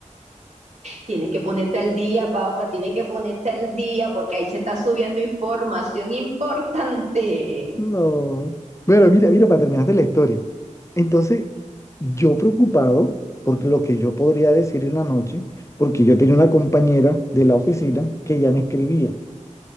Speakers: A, on the right; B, on the left.
A: Tienes que ponerte al día, papá, tienes que ponerte al día, porque ahí se está subiendo información importante.
B: No. Bueno, mira, mira, para terminarte la historia. Entonces, yo preocupado por lo que yo podría decir en la noche, porque yo tenía una compañera de la oficina que ya me escribía